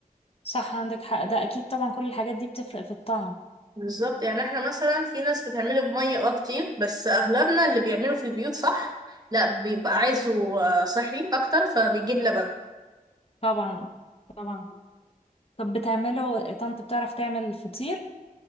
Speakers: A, on the left; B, on the right.
A: صح عندك حق ده أكيد طبعا كل الحاجات دي بتفرق في الطعم
B: بالظبط يعني احنا مثلا في ناس بتعمله بمية اه كتير بس اغلبنا اللي بيعمله في البيوت صح لا بيبقى عايزه آه، صحي اكتر فبيجيب لبن
A: طبعا طبعا طب بتعمله طنط بتعرف تعمل فطير